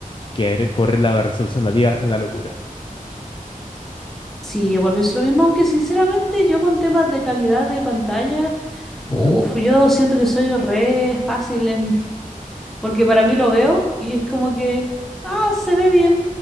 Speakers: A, on the left; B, in the centre.
A: Querer correrla a una resolución nativa, una locura.
B: Sí, igual pienso lo mismo, aunque sinceramente yo con temas de calidad de pantalla,
A: Ujú,
B: uf, yo siento que soy re fácil en, <laughs> porque para mí lo veo y es como que, ah, se ve bien.